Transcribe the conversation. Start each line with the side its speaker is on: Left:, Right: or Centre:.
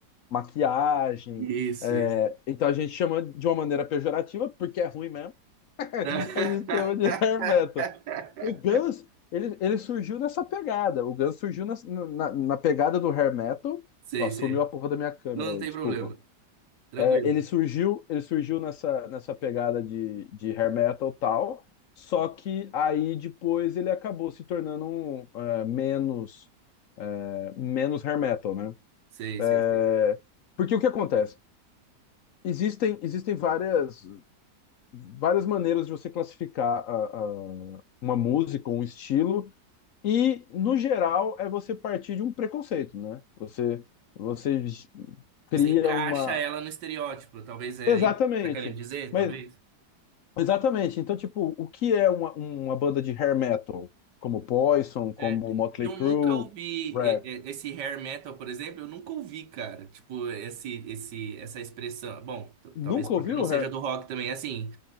Left: maquiagem.
Right: Isso,
Left: é,
Right: isso.
Left: então a gente chama de uma maneira pejorativa, porque é ruim mesmo, <laughs>
Right: <laughs>
Left: a gente chama de hair metal. O Guns, ele, ele surgiu nessa pegada. O Guns surgiu na, na, na pegada do hair metal.
Right: Sei,
Left: Ó, sumiu
Right: sei.
Left: a porra da minha câmera
Right: Não,
Left: aí,
Right: não tem
Left: desculpa.
Right: problema. Tranquilo.
Left: É, ele surgiu, ele surgiu nessa, nessa pegada de, de hair metal e tal, só que aí depois ele acabou se tornando um, é, menos, é, menos hair metal, né?
Right: Sei,
Left: É,
Right: sei, sei.
Left: porque o que acontece? Existem, existem várias, várias maneiras de você classificar a- a- uma música, um estilo, e, no geral, é você partir de um preconceito, né? Você, você cria
Right: Você encaixa
Left: uma.
Right: ela no estereótipo. Talvez é
Left: Exatamente.
Right: isso que tá querendo dizer,
Left: Mas,
Right: talvez.
Left: exatamente. Então, tipo, o que é uma, uma banda de hair metal? Como Poison, como
Right: É.
Left: Motley
Right: E eu
Left: Crue,
Right: nunca ouvi
Left: Red.
Right: e- e- esse hair metal, por exemplo, eu nunca ouvi, cara. Tipo, esse, esse, essa expressão. Bom, t-
Left: Nunca
Right: talvez porque
Left: ouviu
Right: eu não seja
Left: hair?
Right: do rock também. Assim,